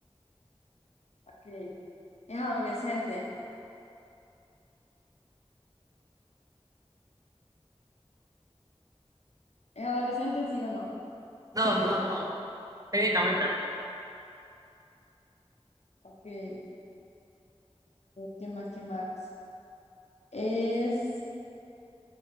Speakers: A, on the left; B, on the right.
A: Ok. ¿Es adolescente? ¿Es adolescente, sí o no?
B: no, no, no, técnicamente no.
A: Ok. Eh, ¿qué más? ¿Qué más? ¿Es,